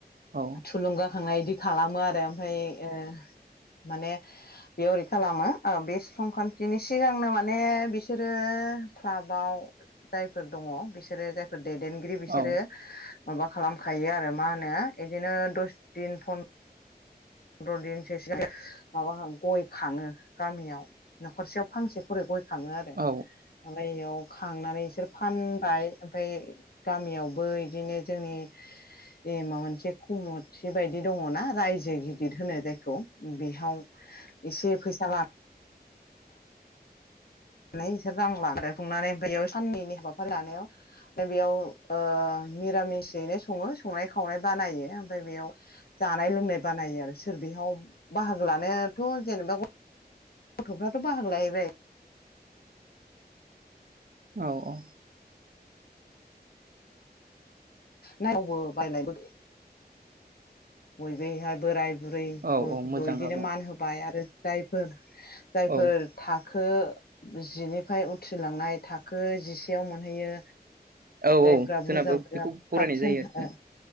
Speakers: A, on the right (about 60°); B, on the left (about 65°).
A: औ
B: थुलुंगाखांनाय इदि खालामो आरो ओमफ्राय ओ। माने बे ओरै खालामो बे संखान्थिनि सिगांनो माने बिसोरो क्लाबाव जायफोर दङ बिसोरो जायफोर दैदेनगिरि बिसोरो
A: औ
B: माबा खालामखायो आरो मा होनो बिदिनो दस दिनो फन न्दनो <unintelligible> माबा गय खाङो गामियाव न'खरसेयाव फांसे खरै गय खाङो आरो ओमफ्राय
A: औ
B: बेयाव खांनानै बिसोर फानबाय ओमफ्राय गामियावबो इदिनो जोंनि ए माबा मोनसे खमथि बायदि दङना रायजो गिदिर होनो जायखौ बेहाव एसे फैसा ला नाय इसोर रां लादो खुंनानै ओमफ्राय बेयाव साननैनि हाबाफारि लानायाव ओमफ्राय बेयाव ओ मिरामिसयैनो सङो संनाय खावनाय बानायो ओमफ्राय बेयाव जानाय लोंनाय बानायो आरो सोर बेहाव बाहागो लानायाथ' जेनेबा गथ'फ्राथ' बाहागो लायैबाय
A: औ औ
B: नायावबो बायलायबो बयबोहाय बोराय बुरै
A: औ
B: गर
A: औ मोजां
B: बिदिनो
A: आब'
B: मान होबाय आरो जायफोर जायफोर
A: औ
B: था थाखो जिनिफ्राय उथ्रिलांनाय थाखो जिसेयाव मोनहैयो
A: औ
B: जायफ्रा
A: औ
B: बुरजा
A: जोंनाबो
B: बुरजा
A: बेखौ बरायनाय
B: पारसेन्ट
A: जायो आरोखि
B: ओ
A: ना।